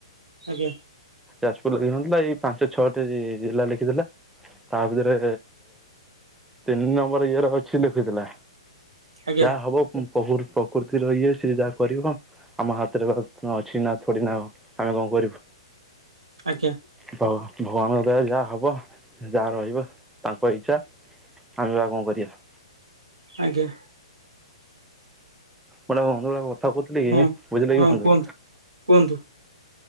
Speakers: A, on the right (about 70°); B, in the centre.
A: ଆଜ୍ଞା।
B: ଯାଜପୁର ଲେଖିିନଥିଲା ଏଇ ପାଞ୍ଚ ଛଅଟି ଯି ଜିଲ୍ଲା ଲେଖିଥିଲା। ତା ଭିତରେ ତିନି ନମ୍ବର ଇଏର ଅଛି ଲେଖୁଥିଲା।
A: ଆଜ୍ଞା
B: ଯାହା ହବ ପ <unintelligible> କୁର୍ତ୍ତିୀ ରଏ ସିଧା କରିବ ଆମ ହାତରେ ଅ ଅଛି ନା ଥଡି ନା ଆମେ କଣ କରିବୁ।
A: ଆଜ୍ଞା।
B: ବ ଭଗବାନଙ୍କ ଦୟା ଯାହା ହବ ଯାହା ରହିବ। ତାଙ୍କ ଇଚ୍ଛା ଆମେ ବା କଣ କରିବା।
A: ଆଜ୍ଞା।
B: ମୋଟେ ବନ୍ଧୁ ଗ କଥା କହୁଥିଲି କି
A: ହଁ
B: ବୁଝିଲେ
A: ହଁ
B: କି ବନ୍ଧୁ।
A: କୁହନ୍ତୁ କୁହନ୍ତୁ